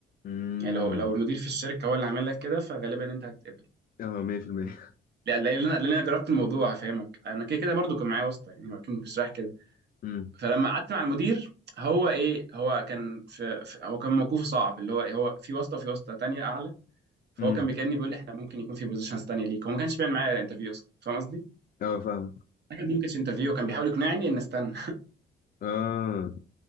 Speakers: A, on the left; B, on the right.
A: امم
B: يعني لو لو المدير في الشركه هو اللي عامل لك كده فغالبا انت هتتقبل
A: اه 100%
B: لا لا، لان انا لأن أنا جربت الموضوع هفهمك انا كده كده برضو كان معايا واسطه يعني هو أكيد مش رايح كده
A: امم
B: فلما قعدت مع المدير هو ايه هو كان في, في هو كان موقفه صعب اللي هو إيه، هو في واسطه في واسطه تانية اعلى فهو
A: امم
B: كان بيكلمني بيقول لي احنا ممكن يكون في بوزيشنز تانية ليك هو ما كانش بيعمل معايا انترفيو اصلا فاهم قصدي؟
A: اه فاهم
B: لكن دي ما كانتش انترفيو كان بيحاول يقنعني ان استنى
A: اه